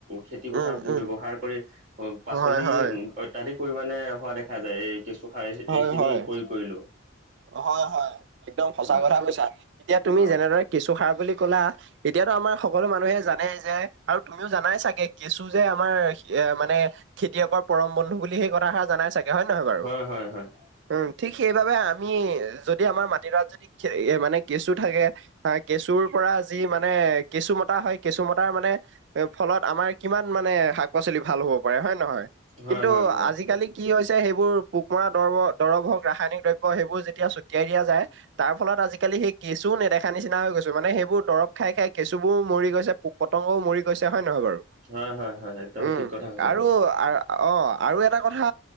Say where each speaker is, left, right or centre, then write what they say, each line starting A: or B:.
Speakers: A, on the right; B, on the right.
A: খেতি পথাৰত
B: উম, উম,
A: ব্যৱহাৰ কৰি অ পাচলি
B: হয়, হয়,
A: উ অত্যাধিক পৰিমানে হোৱা দেখা যায় এই কেঁচুসাৰ এই
B: হয়,
A: এইখিনি
B: হয়,
A: প্ৰয়োগ কৰিলোঁ
B: হয় হয় একদম সঁচা
A: হয়
B: কথা কৈছা এতিয়া তুমি
A: অ'
B: যেনেদৰে কেঁচুসাৰ বুলি ক'লা এতিয়াতো আমাৰ সকলো মানুহে জানেই যে আৰু তুমিও জানাই চাগে কেঁচু যে আমাৰ এ মানে খেতিয়কৰ পৰম বন্ধু বুলি সেই কথাষাৰ জানাই চাগে হয় নহয় বাৰু
A: হয় হয় হয়
B: উম ঠিক সেইবাবে আম আমি যদি আমাৰ মাটিডৰাত যদি খে এ মানে কেঁচু থাকে হয় কেঁচুৰ পৰা যি মানে কেঁচু মতা হয় কেঁচু মতাৰ মানে এ ফলত আমাৰ কিমান মানে শাক পাচলি ভাল হব পাৰে হয় নহয়
A: হয়
B: কিন্তু
A: হয় হয়
B: আজিকালি কি হৈছে সেইবোৰ পোক মৰা দৰব দৰব হওক ৰাসায়নিক দ্ৰইব ব সেইবোৰ যেতিয়া ছটিয়াই দিয়া যায় তাৰ ফলত আজিকালি সেই কেঁচু নেদেখা নিচিনা হৈ গৈছে মানে সেইবোৰ দৰব খাই খাই কেঁচু বোৰ মৰি গৈছে পুক পতংগও মৰি গৈছে হয় নহয় বাৰু
A: হয় হয় হয় একদম
B: উম
A: ঠিক কথা কৈছা
B: আৰু
A: তুমি
B: আ- অ আৰু এটা কথা